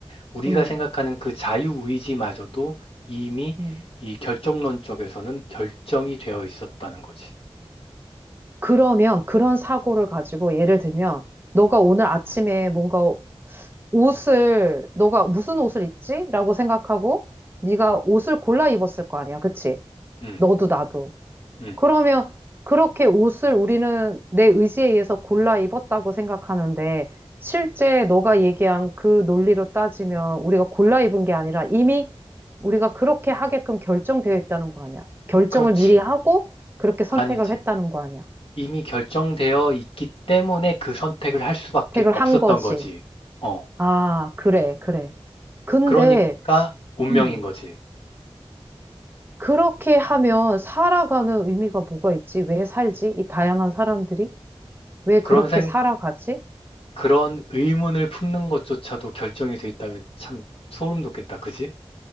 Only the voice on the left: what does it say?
우리가
생각하는 그 자유의지마저도 이미
이 결정론 쪽에서는 결정이 되어 있었다는 거지.
음,
음.
그렇지.
아니지.
이미 결정되어 있기 때문에 그 선택을 할 수밖에
없었던
거지. 어.
그러니까 운명인
거지.
그런
생,
그런 의문을 품는 것조차도 결정이 돼 있다면 참 소름 돋겠다. 그지?